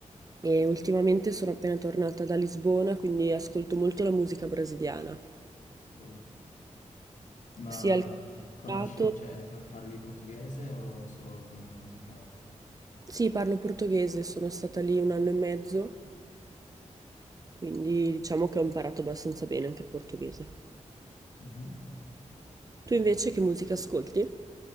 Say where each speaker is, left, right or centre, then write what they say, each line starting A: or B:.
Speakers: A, on the right; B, on the left.
A: e ultimamente sono appena tornata da Lisbona, quindi ascolto molto la musica brasiliana,
B: Io. Ma
A: sia il
B: conosci,
A: cantato,
B: cioè, con- parli portoghese o solo come musica?
A: sì, parlo portoghese, sono stata lì un anno e mezzo, quindi diciamo che ho imparato abbastanza bene anche il portoghese.
B: Mhm.
A: Tu invece che musica ascolti?